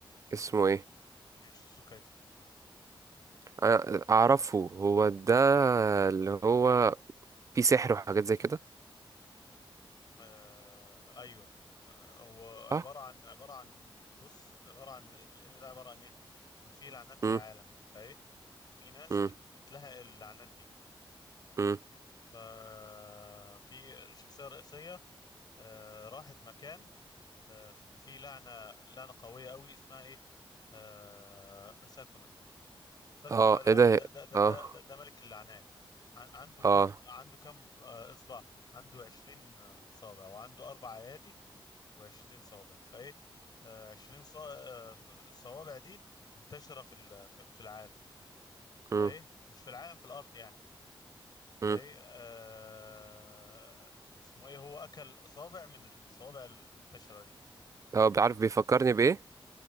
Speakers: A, on the right (about 35°); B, on the left (about 50°).
A: اسمه ايه
B: جوجوتسو كايزن
A: انا اعرفه هو ده اللي هو في سحر وحاجات زي كده
B: آه، ايوه آه، هو عبارة
A: صح
B: عن عبارة عن بص عبارة عن الانمي ده عبارة عن ايه؟ ان في لعنات في
A: امم
B: العالم فايه؟ في ناس
A: امم
B: بت... بتلحق اللعنات دي
A: امم
B: ففي شخصية رئيسية آه، راحت مكان آه، في لعنة لعنة قوية قوي اسمها ايه آه، ساكونة ساكونة
A: اه
B: ده
A: ايه ده
B: ده ده ده
A: اه
B: ده, ده, ده ملك اللعنات عن- عنده
A: اه
B: كم عنده كم آه، إصبع عنده 20 آه، صابع وعنده أربع أيادي و20 صابع فإيه آه، 20 صا- آه، الصوابع دي منتشرة في ال- في في العالم فإيه
A: امم
B: مش في العالم في الأرض يعني فهي
A: امم
B: آه... اسمه ايه هو اكل اصابع من الصوابع المنتشره دي
A: اه بعرف بيفكرني بايه